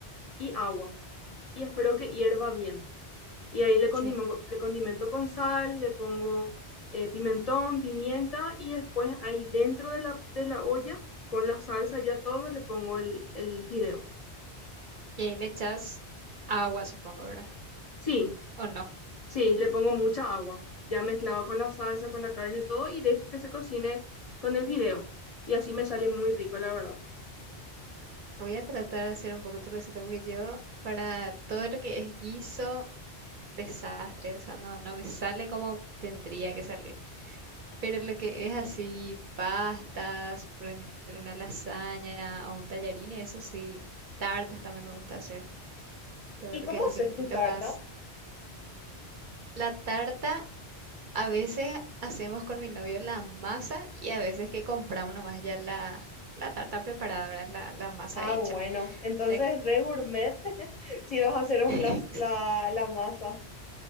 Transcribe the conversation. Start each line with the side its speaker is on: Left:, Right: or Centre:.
Left: y agua y espero que hierva bien. Y ahí le condimento,
Right: Sí.
Left: le condimento con sal, le pongo eh, pimentón, pimienta y después ahí dentro de la, de la olla, con la salsa ya todo, le pongo el, el fideo.
Right: Y ahí le echas agua, supongo, ¿verdad?
Left: Sí,
Right: ¿O no?
Left: sí, le pongo mucha agua, ya mezclado con la salsa, con la carne, todo y dejo que se cocine con el fideo. Y así me sale muy rico, la verdad.
Right: Voy a tratar de hacer un poco tu receta porque yo para todo lo que es guiso, desastre, o sea, no, no me sale como tendría que salir. Pero lo que es así, pastas, poner una lasaña o un tallarín, y eso sí, tartas también me gusta hacer. Todo
Left: ¿Y
Right: lo
Left: cómo
Right: que es
Left: haces
Right: así un poquito
Left: tu tarta?
Right: más... La tarta A veces hacemos con mi novio la masa y a veces que compramos nomás ya la, la tarta preparada, ¿verdad? La, la masa
Left: Ah,
Right: hecha.
Left: bueno, entonces
Right: La-
Left: re gourmet <laughs> si vas a hacer vos
Right: <laughs>
Left: las- la, la masa.